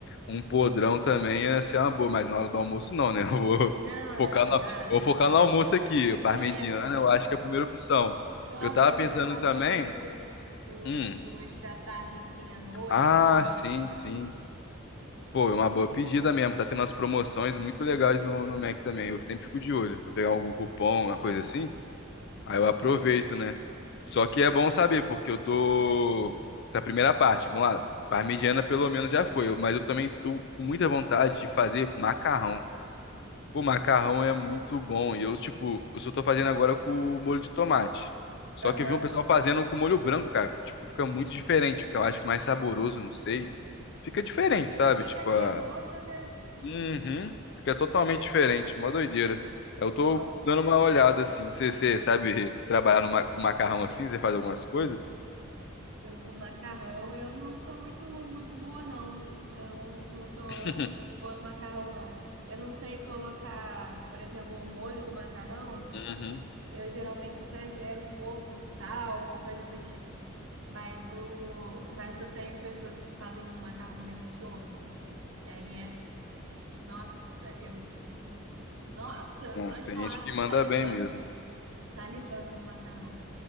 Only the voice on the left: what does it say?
Um podrão também ia ser uma boa, mas na hora do almoço não, né? <laughs> Eu vou
focar
no,
vou
focar no almoço aqui. Parmegiana,
eu acho que é a primeira opção.
Eu tava
pensando
também.
Hum,
ah,
sim, sim. Pô, é uma boa pedida mesmo. Tá tendo umas promoções muito legais no, no Mac também. Eu sempre fico de olho pra pegar algum cupom, uma coisa assim.
Aí eu aproveito, né? Só que é bom saber, porque eu tô. Essa primeira parte, vamos lá. Parmegiana pelo menos já foi, eu- mas eu também tô com muita vontade de fazer macarrão. Pô, macarrão é muito bom. E eu, tipo, eu só tô fazendo agora com molho de tomate. Só
que eu vi um pessoal fazendo com molho branco, cara. Tipo, fica muito diferente. Fica, eu acho, mais saboroso, não sei. Fica diferente, sabe?
Tipo,
a...
Uhum. Fica totalmente diferente. Uma doideira. Eu
tô
dando uma olhada, assim. Você você sabe trabalhar no ma- com macarrão assim? Você faz algumas coisas?
<laughs>
Uhum.
Nossa,
tem
gente
que
manda
bem mesmo.